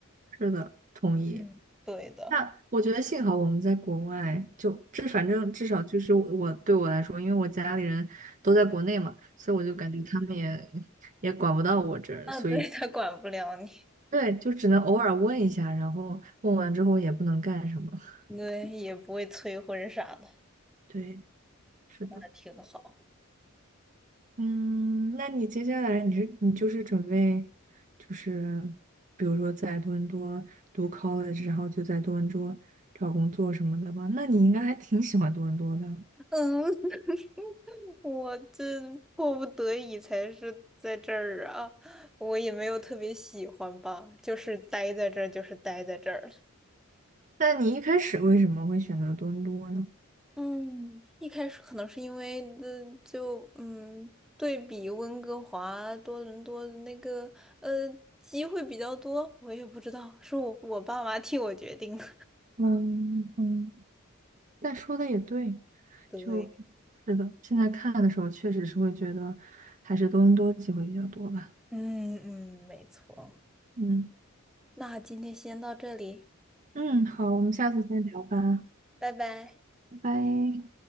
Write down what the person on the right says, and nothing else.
是的，同意。
那我觉得幸好我们在国外，就这反正至少就是我我对我来说，因为我家里人都在国内嘛，所以我就感觉他们也也管不到我这儿，
所以
对，就只能偶尔问一下，然后问完之后也不能干什么。<laughs>
对，是的。
嗯，那你接下来你是你就是准备，就是比如说在多伦多读 college，然后就在多伦多找工作什么的吧？那你应该还挺喜欢多伦多的。
那你一开始为什么会选择多伦多呢？
嗯嗯，但说的也对，
就是的，现在看的时候确实是会觉得还是多伦多机会比较多吧。
嗯。
嗯，好，我们下次再聊吧，
拜拜。